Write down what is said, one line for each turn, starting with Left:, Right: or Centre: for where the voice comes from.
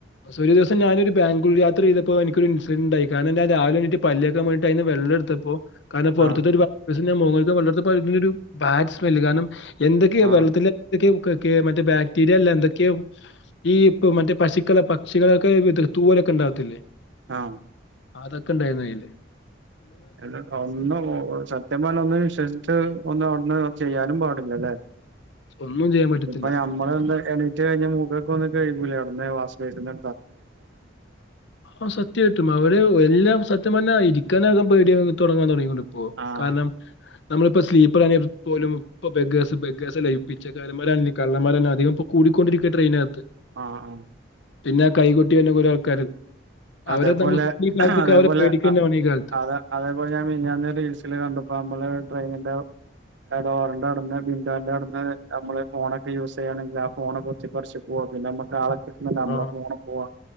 Left: ഒരു ദിവസം ഞാനൊരു ബാംഗ്ലൂര് യാത്ര ചെയ്തപ്പോ എനിക്കൊര് ഇൻസിഡൻണ്ടായി കാരണം രാവിലെണ്ണീറ്റ് പല്ലേക്കാൻപോയിട്ടയീന്ന് വെ വെള്ളേടുത്തപ്പോ കാരണം പൊറത്തൂന്നൊരു
Right: ആഹ്
Left: ബ ഞാൻ മുകൾത്തെ വെള്ളേടുത്തപ്പോ അതിനൊരു ബാഡ് സ്മെല് കാരണം എന്തൊക്കെയാ
Right: ആഹ്
Left: വെള്ളത്തിലൽ എന്തൊക്കെയോ വ് കെ കെ മറ്റേ ബാക്ടീരിയ അല്ല എന്തൊക്കെയോ ഈ ക മറ്റേ പശു ക്കൾടെ പക്ഷികളൊക്കെ ത് തൂവലൊക്കെ ഇണ്ടാവത്തില്ലേ
Right: ആം
Left: അതൊക്കെ ഇണ്ടായിരുന്നയ്ല്
Right: എന്നിട് ഒന്നും ഒ ഒ സത്യം പറഞ്ഞാ ഒന്നിനേം വിശ്വസിച് ട്ട് ഒന്നും അവൻ ചെയ്യാനും പാടില്ലല്ലേ
Left: ഒന്നും ചെയ്യാൻ പറ്റത്തില്ല.
Right: ഇപ്പൊ ഞമ്മള് എന്തായാല് ച്ചികഴ്ഞ്ഞ് മൂഖോക്കെ ഒന്ന് കഴ്കൂലെ അവിന്ന് വാസ്വൈസിൻ്റെ
Left: ആ സത്യായിട്ടും അവര് എല്ലാം സത്യം തന്നെ ആയിരിക്കും ക്കാനൊക്കെ പേടിയാക് തൊടങ്ങാൻ തൊടങ്ങികൊണ്ടിപ്പോ
Right: ആഹ്
Left: കാരണം നമ്മളിപ്പ സ്ലീപ്പർ ആണേ പോലും പ്പ ബെഗേസ് ബെഗേസല്ലെ പിച്ചക്കാരമ്മാരാണേലും കള്ളമ്മാരല്ല അികം പ്പകൂടി ത്ക്കൊണ്ടിരിക്യാ ട്രെയിനകത്ത്
Right: ആഹ്
Left: പിന്നെ കൈകൊട്ടിവന്ന കൊരേ ആൾക്കാര് അവരെ
Right: അതേപോലെ
Left: നമുക്ക് ഈ കാലത്തൊക്കെ
Right: അതേപോലെ
Left: അവരെ പേടിക്കുക
Right: അ
Left: വേണം ഈ കാലത്ത്
Right: അതെ അതേപോലെ ഞാൻ മിനിഞ്ഞാന്ന് റീൽസില് കണ്ടപ്പോ നമ്മള് ട്രെയിനിന്റെ എഡോറിന്റെ അടുന്ന് വിൻഡോന്റെ അടുന്ന് നമ്മള് ഫോണൊക്കെ യൂസ് ചെയ്യാണെങ്കില് ആ ഫോൺ കൊത്തിപ്പറിച്ച് പോവാ പിന്നെ നമ്മക്ക് ആളെ കിട്ടുന്നില്ല മ്മളെ
Left: ആ
Right: ഫോണും പോവാ